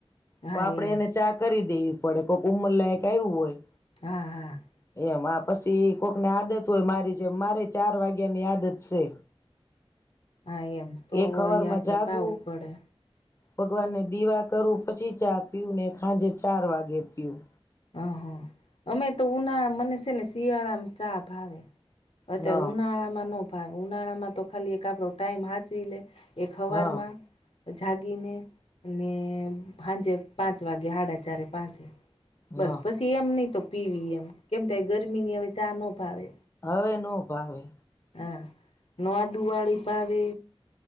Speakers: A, on the left (about 70°); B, on the left (about 25°).
A: હા
B: તો આપડે
A: એમ
B: એને ચા કરી દે. પડે કોઈક ઉમર લયક આવું હોય.
A: હા હા.
B: એમ આ પછી કોકને આદત હોય મારી જેમ મારે ચાર વાગ્યા ની આદત છે.
A: હા એમ તો
B: એક
A: વળી
B: હવાર માં
A: આપડે
B: જાગવું
A: પાવું પડે.
B: ભગવાનને દીવા કરવું પછી ચા પીવું ને ખાંજે ચાર વાગે પીું.
A: હહ અમે તો ઉનાળા મને છે ને શિયાળામાં ચા ભાવે. અત્યારે
B: હા
A: ઉનાળામાં ન. પણ ઉનાળામાં તો ખાલી એક આપડો ટાઈમ સાચવી લે. એકખબરમાં.
B: હા
A: જાગીને અને સાંજે પાંચ વાગે હાડા ચારે પાંચે. બસ
B: હા
A: પસી એમ નહીં તો. પીવી એમ કેમ થ ગરમી ની હવે ચા ન ભાવે.
B: હવે ન ભાવે.
A: હ ન દુઆરીી પાવે.